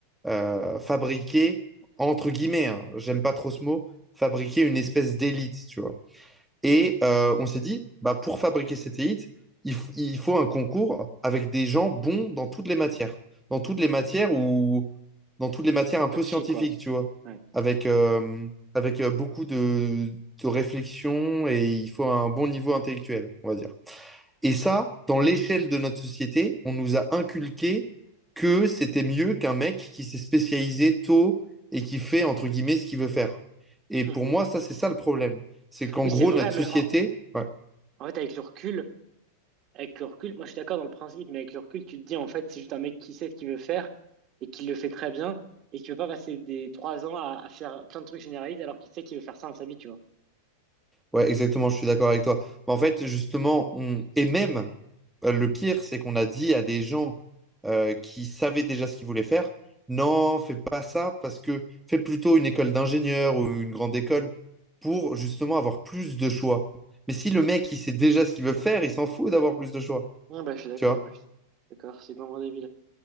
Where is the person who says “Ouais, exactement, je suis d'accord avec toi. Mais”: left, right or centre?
Centre